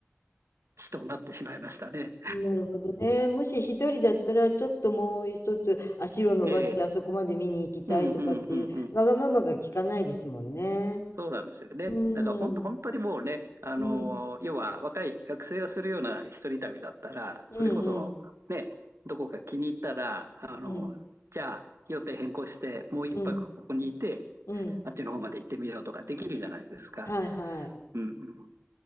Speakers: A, on the right; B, on the left.
A: 地となってしまいましたね。
B: なるほどね。もし一人だったら、ちょっともう一つ足を伸ばしてあそこまで見に行きたいとかっていう、
A: ええ、うんうんうんうん。
B: わがままが聞かないですもんね。
A: そうなんですよね。
B: うん。
A: だからほん本当にもうね、あのー要は若い学生がするような一人旅だったら、
B: うん。うんうん。
A: それこそね、どこか気に入ったら、あのーじゃあ予定変更して、
B: うん。
A: もう一泊ここにいて、
B: うん。うん。
A: あっちの方まで行ってみようとかできるじゃないですか。
B: はいはい。
A: うんうん